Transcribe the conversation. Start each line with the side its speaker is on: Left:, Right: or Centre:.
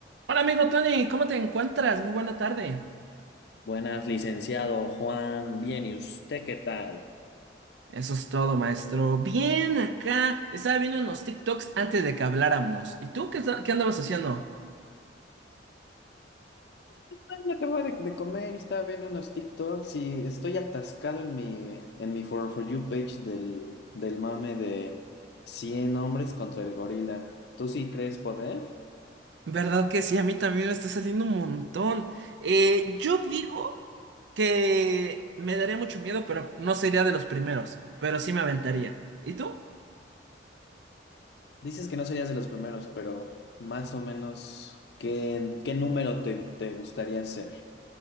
Right: Hola amigo Tony, ¿cómo te encuentras? Muy buena tarde.
Left: Buenas, licenciado Juan. Bien, ¿y usted qué tal?
Right: Eso es todo, maestro. Bien, acá. Estaba viendo unos TikToks antes de que habláramos. ¿Y tú qué, esta- qué andabas haciendo?
Left: Ay, Acabo de, de comer y estaba viendo unos TikToks y estoy atascado en mi, en mi For, For You page del, del mame de 100 hombres contra el gorila. ¿Tú sí crees poder?
Right: ¿Verdad que sí? A mí también me está saliendo un montón. Eh, yo digo que me daría mucho miedo, pero no sería de los primeros. Pero sí me aventaría. ¿Y tú?
Left: Dices que no serías de los primeros, pero más o menos, ¿qué, qué número te, te gustaría ser?